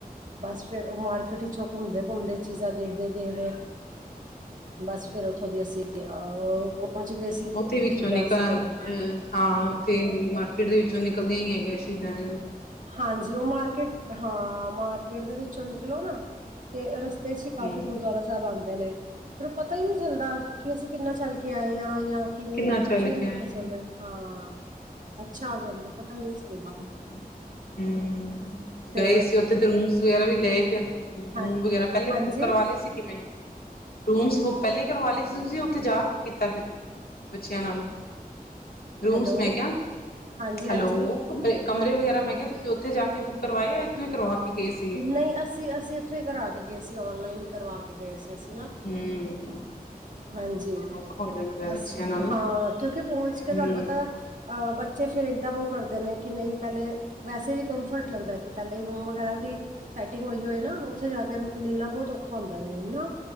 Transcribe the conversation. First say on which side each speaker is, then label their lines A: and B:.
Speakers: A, on the right (about 55°); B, on the left (about 75°).
A: ਬਾੱਸ ਫੇਰ ਓ ਮਾਰਕੀਟ ਇਚੋ ਘੁੰਮਦੇ-ਘੁੰਮਦੇ ਚੀਜ਼ਾ ਦੇਖਦੇ-ਦੇਖਦੇ ਬਾੱਸ ਫੇਰ ਓਥੋਂ ਦੀ ਅਸੀ ਅ ਪੋਂਚ ਗਏ ਸੀ,
B: ਉੱਥੇ ਵਿੱਚੋਂ
A: ਸ਼ੀਦਾ
B: ਨਿਕਲ
A: ਸੈਬ।
B: ਅ ਹਾਂ ਓਥੇ ਈ ਮਾਰਕੀਟ ਦੇ ਵਿੱਚੋ ਨਿਕਲਦੀਯਾ ਈ ਐਗੈ ਸ਼ੀਦਾਂ
A: ਹਾਂਜੀ ਓ ਮਾਰਕੀਟ, ਹਾਂ ਮਾਰਕੀਟ ਦੇ ਵਿੱਚੋਂ ਨਿਕਲੋ ਨਾ ਤੇ ਰਸਤੇ ਚ
B: ਹੂੰ-ਹੂੰ,
A: ਈ ਕਾਫੀ ਗੁਰੂਦੁਆਰਾ ਸੈਬ ਆਂਦੇ ਨੇ, ਫੇਰ ਓ ਪਤਾ ਈ ਨੀ ਚੱਲਦਾ ਕਿ ਅਸੀ ਕਿੰਨਾ ਚੱਲ ਕੇ ਆਏ ਆ ਯਾ ਕਿਵੇਂ
B: ਕਿੰਨਾ
A: ਐ ਕੁਛ
B: ਚੱਲ
A: ਵੀ
B: ਕੇ
A: ਨੀ
B: ਆਏ
A: ਪਤਾ ਚੱਲਦਾ, ਹਾਂ ਅੱਛਾ ਹੋ ਜਾਂਦੈ ਪਤਾ ਈ ਨੀ ਚੱਲਦਾ।
B: ਹੂੰ,
A: ਤੇ
B: ਗਏ ਸੀ ਓਥੇ ਤੇ ਰੂਮਸ ਵਗੈਰਾ ਵੀ ਲਏ ਫੇਰ ਰੂਮ
A: ਹਾਂ
B: ਵਗੈਰਾ ਪੈਲੇ
A: ਹਾਂਜੀ
B: ਈ ਬੁੱਕ ਕਰਵਾ ਲੇ ਸੀ ਕਿਵੇਂ। ਰੂਮਸ ਬੁੱਕ ਪੈਲੇ ਈ ਕਰਵਾ ਲੇ ਸੀ ਤੁਸੀ ਓਥੇ ਜਾ ਕੇ ਕੀਤਾ ਫੇਰ, ਬੱਚੇਆਂ ਨਾਲ ਰੂਮਸ
A: ਹੈਲੋ
B: ਮੈਂ ਕਯਾ,
A: ਹਾਂਜੀ
B: ਹੈਲੋ
A: ਹਾਂਜੀ
B: ਕਮਰੇ- ਕਮਰੇ
A: ਹਾਂ
B: ਵਗੈਰਾ ਮੈਂ ਕਯਾ ਤੁਸ ਤੇ ਓਥੇ ਜਾ ਕੇ ਬੁੱਕ ਕਰਵਾਏ ਆ ਇਥੋਂ ਈ ਕਰਵਾ ਕੇ ਗਏ ਸੀ।
A: ਨਈ ਅਸੀ-ਅਸੀ ਐਥੋ ਈ ਕਰਾ ਕੇ ਗਏ ਸੀ ਔਨਲਾਈਨ ਈ ਕਰਵਾ ਕੇ ਗਏ ਸੀ ਅਸੀ।
B: ਹੂੰ।
A: ਹਾਂਜੀ,
B: ਔਖਾ ਹੋ ਜਾਂਦਾ ਬੱਚਿਆਂ
A: ਅਸੀ
B: ਨਾਲ ਨਾ
A: ਹਾਂ ਕਿਯੋਕਿ ਪੋਂਚ ਕੇ
B: ਹੂੰ
A: ਤੁਆਨੂੰ ਪਤਾ ਅ ਬੱਚੇ ਫੇਰ ਏਕਦਮ ਓ ਕਰਦੇ ਨੇ ਕਿ ਨਈ ਪੈਲੇ ਵੈਸੇ ਵੀ ਕੰਫਰਟ ਲੱਗਦੈ ਕਿ ਪੈਲੇ ਈ ਰੂਮ ਵਗੈਰਾ ਦੀ ਸੈਟਿੰਗ ਹੋਈ ਹੋਏ ਨਾ ਓਥੇ ਜਾ ਕੇ ਮਿਲਨਾ ਬੋਤ ਔਖਾ ਹੋਂਦੈ ਰੂਮ ਨਾ